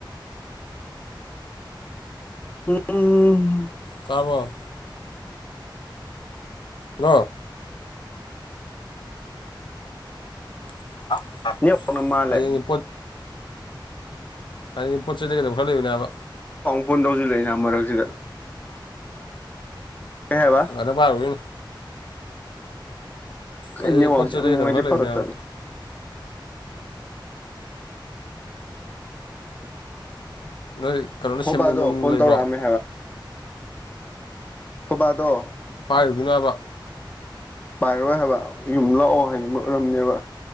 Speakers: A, on the left (about 20°); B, on the left (about 70°).
A: ꯎꯝ ꯎꯝ
B: ꯇꯥꯕꯣ ꯑꯥ <unintelligible>
A: <unintelligible> ꯀꯨꯝꯕ ꯃꯥꯟꯂꯦ
B: ꯍꯌꯦꯡꯒꯤ ꯍꯥꯏꯗꯤ ꯄꯣꯠ ꯆꯩ ꯂꯩꯒꯗꯕ ꯈꯔ ꯂꯩꯕꯅꯦꯕ
A: <unintelligible> ꯁꯨ ꯂꯩꯔꯝꯃꯔꯣꯢ ꯑꯗꯨꯗ ꯀꯩ ꯍꯥꯢꯕ
B: ꯑꯗꯥ ꯄꯥꯢꯔꯨꯈꯤꯅꯨ
A: ꯀꯩ
B: ꯍꯌꯦꯡ
A: ꯅꯦꯠꯋꯥꯛ
B: ꯄꯣꯠ
A: ꯁꯦ
B: ꯆꯩ
A: ꯌꯥꯝ
B: ꯂꯩꯒꯗꯕ
A: ꯅꯨꯡꯉꯥꯢꯇꯦ
B: ꯈꯔ ꯂꯩꯕꯅꯦꯕ
A: ꯄꯠ ꯄꯠ ꯇꯠꯂꯦ
B: <unintelligible>
A: ꯈꯣꯏꯕꯥꯗꯣ ꯐꯣꯟ
B: ꯂꯩꯕ꯭ꯔꯣ
A: ꯇꯧꯔꯛꯑꯝꯃꯦ ꯈꯣ ꯕꯥꯗꯣ
B: ꯄꯥꯏꯔꯨꯒꯤꯅꯣ ꯍꯥꯏꯕ
A: ꯄꯥꯏꯔꯣꯏ ꯍꯥꯏꯕ ꯌꯨꯝ ꯂꯥꯛꯑꯣ ꯍꯥꯏꯅꯤꯡꯕ ꯎꯔꯝꯅꯦꯕ